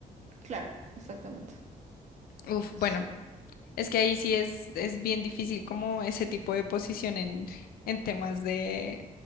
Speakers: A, on the right (about 50°); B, on the left (about 85°).
A: claro, exactamente.
B: Uf, bueno,
A: Sí.
B: Es que ahí sí es, es bien difícil como ese tipo de posición en, en temas de,